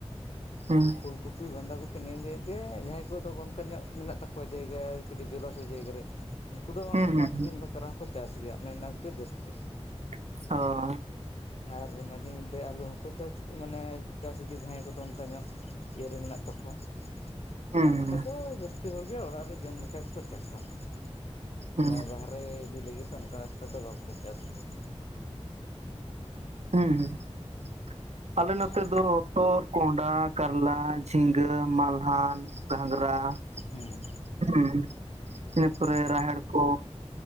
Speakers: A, on the left; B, on the right.
A: <inaudible>
B: ᱦᱩᱸ
A: ᱯᱷᱩᱞ ᱠᱚᱯᱤ ᱵᱟᱸᱫᱷᱟ ᱠᱚᱯᱤ ᱱᱤᱭᱟᱹ ᱠᱮᱫ ᱜᱮ ᱡᱟᱦᱟᱸᱭ ᱠᱚᱫᱚ ᱚᱱᱠᱟ ᱧᱚᱜ ᱢᱮᱱᱟᱜ ᱛᱟᱠᱚᱣᱟ ᱡᱟᱭᱜᱟ ᱠᱟᱹᱴᱤᱡ ᱡᱚᱞᱟᱥᱚᱭ ᱡᱟᱭᱜᱟ ᱨᱮ ᱾ ᱩᱱᱠᱩ ᱫᱚ
B: ᱦᱩᱸ
A: ᱚᱱᱮ ᱚᱱᱟ
B: ᱦᱩᱸ
A: ᱟᱹᱠᱷᱨᱤᱧ ᱵᱟᱠᱷᱨᱟ ᱦᱚᱸᱠᱚ ᱪᱟᱥ ᱜᱮᱭᱟ, ᱚᱱᱮ ᱚᱱᱟ ᱠᱚᱜᱮ ᱡᱟᱹᱥᱛᱤ ᱾
B: ᱚᱻ
A: ᱟᱨ ᱢᱟᱡᱷᱮ ᱢᱚᱫᱽᱫᱷᱮ ᱟᱞᱩ ᱦᱚᱸᱠᱚ ᱪᱟᱥ ᱢᱟᱱᱮ ᱪᱟᱥ ᱜᱮ ᱡᱟᱦᱟᱸᱭ ᱠᱚᱫᱚ ᱚᱱᱠᱟ ᱧᱚᱜ ᱤᱭᱟᱹᱨᱮ ᱢᱮᱱᱟᱜ ᱛᱟᱠᱚᱣᱟ ᱾
B: ᱦᱩᱸ
A: ᱟᱨ ᱵᱟᱠᱷᱟᱡ ᱫᱚ ᱡᱟᱹᱥᱛᱤ ᱦᱚᱲ ᱜᱮ ᱚᱲᱟᱜ ᱨᱮ ᱡᱚᱢ ᱞᱮᱠᱟ ᱜᱮᱠᱚ ᱪᱟᱥᱟ ᱾ <inaudible> ᱢᱟᱱᱮ
B: ᱦᱩᱸ
A: ᱵᱟᱦ ᱨᱮ ᱤᱫᱤ ᱞᱟᱹᱜᱤᱫ ᱫᱚ ᱚᱱᱠᱟ ᱮᱠᱴᱟ ᱫᱚ ᱵᱟᱠᱚ ᱪᱟᱥᱟ ᱾ <inaudible>
B: ᱦᱩᱸ ᱾ <inaudible> ᱟᱞᱮ
A: ᱦᱮᱸ
B: ᱱᱚᱛᱮ ᱫᱚ ᱦᱚᱛᱚᱫ ᱠᱚᱸᱦᱰᱟ ᱠᱟᱨᱞᱟ ᱡᱷᱤᱸᱜᱟᱹ ᱢᱟᱞᱦᱟᱱ ᱜᱷᱟᱸᱜᱽᱨᱟ <inaudible>
A: ᱦᱮᱸ
B: ᱦᱩᱸ ᱤᱱᱟᱹ ᱯᱚᱨᱮ
A: ᱦᱮᱸ
B: ᱨᱟᱦᱮᱲ ᱠᱚ